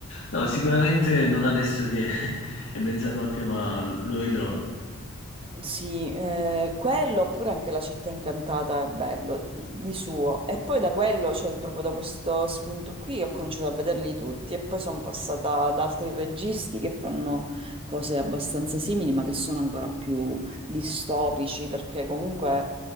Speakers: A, on the left; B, on the right.
A: No, sicuramente non adesso che <laughs> è mezzanotte, ma lo vedrò.
B: Sì, eh, quello oppure anche La città incantata è bello di, di suo. E poi da quello, cioè proprio da questo spunto qui, ho cominciato a vederli tutti e poi sono passata ad altri registi che fanno cose abbastanza simili, ma che sono ancora più distopici, perché comunque